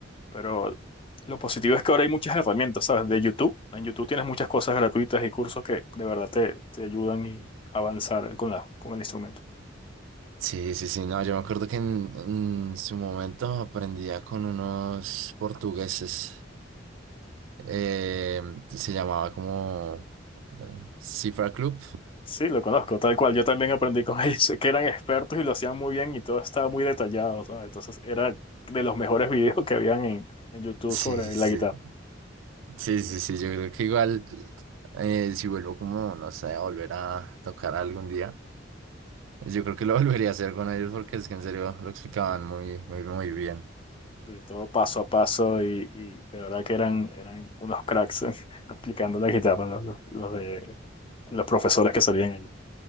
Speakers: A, on the left (about 30°); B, on the right (about 80°).
A: pero lo positivo es que ahora hay muchas herramientas, ¿sabes? De YouTube, en YouTube tienes muchas cosas gratuitas y cursos que de verdad te, te ayudan y avanzar con la, con el instrumento.
B: Sí, sí, sí, no, yo me acuerdo que en, en su momento aprendía con unos portugueses, eh, se llamaba como eh, Cifra Club.
A: Sí, lo conozco, tal cual, yo también aprendí con <laughs> ellos, sé que eran expertos y lo hacían muy bien y todo estaba muy detallado, ¿sabes? Entonces era de los mejores videos que habían en en YouTube
B: Sí,
A: sobre
B: sí, sí.
A: la guitarra.
B: Sí, sí, sí, yo creo que igual eh, si vuelvo como, no sé, a volver a tocar algún día, yo creo que lo <laughs> volvería a hacer con ellos porque es que en serio lo explicaban muy, muy, muy bien.
A: Sí, todo paso a paso y, y de verdad que eran, eran unos cracks eh, <laughs> aplicando la guitarra los, los, los de, los profesores que salían allí.